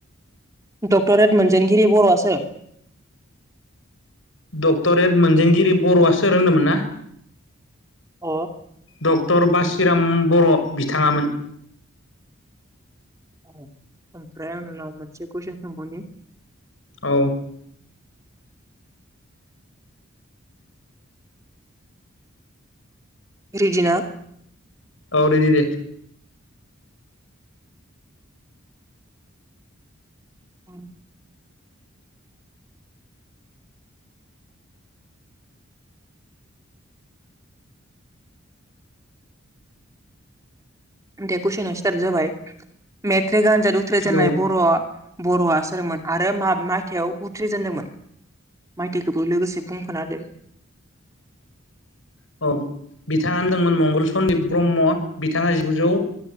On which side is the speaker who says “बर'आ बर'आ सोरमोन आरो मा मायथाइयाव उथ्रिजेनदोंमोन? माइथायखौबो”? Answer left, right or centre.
Right